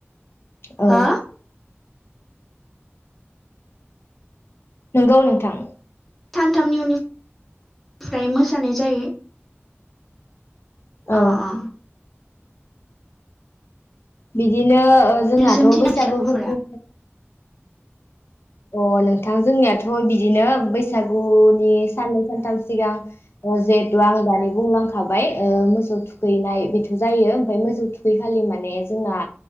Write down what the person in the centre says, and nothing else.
हा
सानथामनि उननि फ्राय मोसानाय जायो
अ अ
नोंसोरनिथिं
बैसागोफोरा